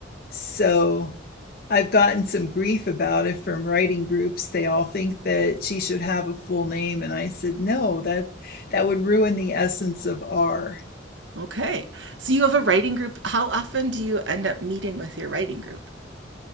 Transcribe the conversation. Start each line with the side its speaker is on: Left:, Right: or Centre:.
Left: So I've gotten some grief about it from writing groups. They all think that she should have a full name. And I said, no, that that would ruin the essence of R.
Right: Okay, so you have a writing group. How often do you end up meeting with your writing group?